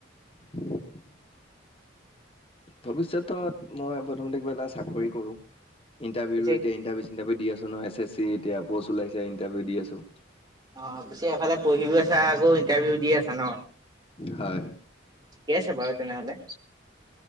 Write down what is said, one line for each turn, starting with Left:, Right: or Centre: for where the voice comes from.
Left: <inaudible> ভৱিষ্যতত মই প্ৰথমতে কিবা এটা চাকৰি কৰো ইণ্টাৰভিউ
Right: পিছে
Left: এতিয়া ইটাৰভিউ চাৰউ দি আছো ন এছ এছ চি এতিয়া পোষ্ট ওলাইছে ইটাৰভিউ দি আছো।
Right: অ পিছে এফালে পঢ়িও আছা আকৌ ইণ্টাৰভিউ দি আছা ন?
Left: হয়
Right: ঠিকে আছে বাৰু তেনে হলে।